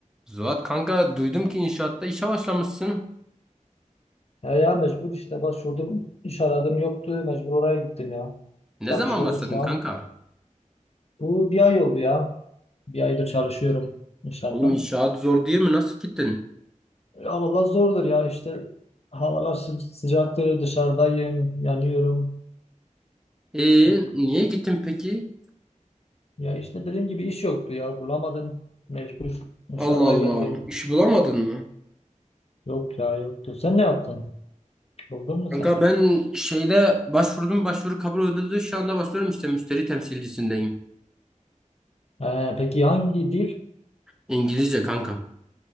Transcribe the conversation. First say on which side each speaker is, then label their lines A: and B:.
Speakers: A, in the centre; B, on the left.
A: Zuhat kanka duydum ki inşaatta işe başlamışsın.
B: Ya, ya mecbur işte başvurdum. iş aradım yoktu. Mecbur oraya gittim ya.
A: Ne
B: Çalışıyorum
A: zaman başladın
B: şu an.
A: kanka?
B: Bu bir ay oldu ya. Bir aydır çalışıyorum inşaatta.
A: Oğlum inşaat zor değil mi? Nasıl gittin?
B: Ya valla zordur ya işte. Havalar sı- sıcaktır. Dışarıdayım. Yanıyorum.
A: Ee,
B: Yok.
A: niye gittin peki?
B: Ya işte dediğim gibi iş yoktu ya. Bulamadım. Mecbur inşaata
A: Allah Allah.
B: geldim.
A: İş bulamadın mı?
B: Yok ya yoktu. Sen ne yaptın? Buldun mu
A: Kanka
B: sen?
A: ben şeyde başvurdum başvuru kabul edildi. Şu anda başlıyorum işte müşteri temsilcisindeyim.
B: Ee, peki hangi dil?
A: İngilizce kanka.